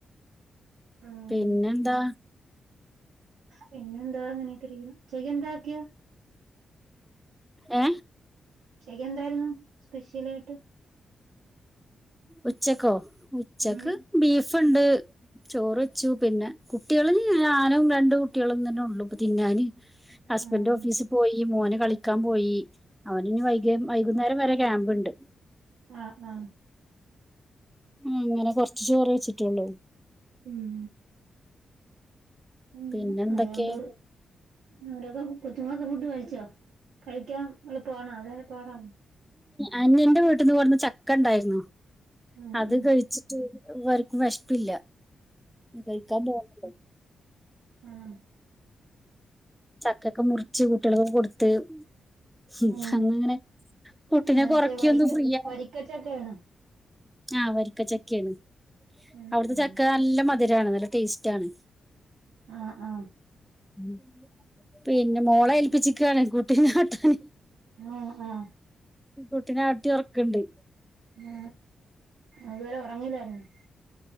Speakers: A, on the right; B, in the centre.
A: ഉം
B: പിന്നെന്താ
A: പിന്നെന്താ ഇങ്ങനെയൊക്കെ ഇരിക്കുന്നു ചെയ്യന്താക്കിയാ
B: ഏ
A: ഉച്ചയ്ക്ക് എന്തായിരുന്നു സ്പെഷ്യൽ ആയിട്ട്
B: ഉച്ചക്കോ ഉച്ചക്ക്
A: ഉം
B: ബീഫ് ഇപ്പുണ്ട് ചോറ് വെച്ചു പിന്നെ കുട്ടികള് ഞാനും രണ്ട് കുട്ടികളും തന്നുളളൂ തിന്നാന് ഹസ്ബൻഡ്
A: ആഹ്
B: ഓഫീസിൽ പോയി മോനു കളിക്കാം പോയി അവന് ഇനി വൈകി വൈകുന്നേരം വരെ ക്യാമ്പുണ്ട്
A: ആ ആ
B: ഉം അങ്ങനെ കൊറച്ച് ചോറേ വെച്ചിട്ടുള്ളൂ
A: ഉം ഉം
B: പിന്നെ എന്തൊക്കെ
A: അതുകൊണ്ട് അവരൊക്കെ കൊച്ചുങ്ങളൊക്കെ ഫുഡ് കഴിച്ചോ? കഴിക്കാം എളുപ്പമാണോ അതോ പാടാണോ?
B: അനിയന്റെ വീട്ടിന്ന് കൊണ്ടുവന്ന ചക്ക ണ്ടാര്ന്നു
A: ഉം
B: അത്
A: ഉം
B: കഴിച്ചിട്ട് ഇവർക്കും വെശ്പ്പില്ല ഈ കഴിക്കാൻ തോന്നണ്ടേ
A: ആമ്മ്
B: ചക്കക്കെ മുറിച്ച് കുട്ടികള്ക്കൊക്കെ കൊടുത്ത് ഹും
A: ഉം
B: അന്നങ്ങനെ കുട്ടിനെ
A: ആഹ്
B: കൊറക്കിയൊന്നു
A: മറ്റേ വരിക്ക
B: ഫ്രീയായി
A: വരിക്കച്ചക്കയാണോ
B: ആ വരിക്ക ചക്കയണ്
A: ഉം
B: അവിട്ത്തെ
A: ഉം
B: ചക്ക നല്ല മതി രാണ് നല്ല ടേസ്റ്റാണ്
A: ആ ആ
B: ഉം പിന്നെ മോളെ ഏൽപ്പിച്ചിക്കാണ് കുട്ടീ നോട്ടം
A: ആ ആ
B: കുട്ടിനെ ആട്ടി ഒറക്ക്ണ്ട്
A: ആ അതുവരെ ഒറങ്ങില്ലാരുന്നോ